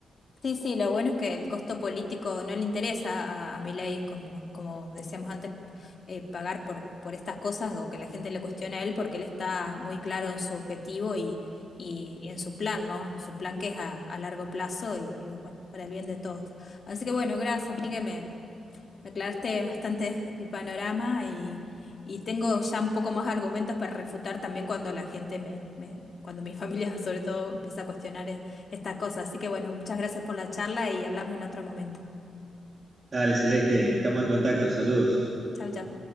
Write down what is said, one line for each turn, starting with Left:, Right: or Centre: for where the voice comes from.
Left: Sí, sí, lo bueno es que el costo político no le interesa a, a Milei, como, como como decíamos antes, eh, pagar por, por estas cosas o que la gente le cuestione a él porque él está muy claro en su objetivo y, y, y en su plan, ¿no? En su plan que es a, a largo plazo y, y, bueno, para el bien de todos. Así que bueno, gracias, Miguel, me, me aclaraste bastante el panorama y, y tengo ya un poco más argumentos para refutar también cuando la gente me, me- cuando mi <laughs> familia sobre todo empieza a cuestionar e- estas cosas. Así que bueno, muchas gracias por la charla y hablamos en otro momento.
Right: Dale, Celeste, estamos en contacto, saludos.
Left: Chau, chau.